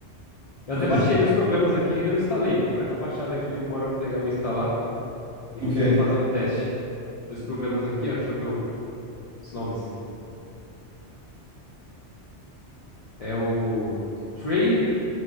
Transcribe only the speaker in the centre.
Pois
é.
O
quê?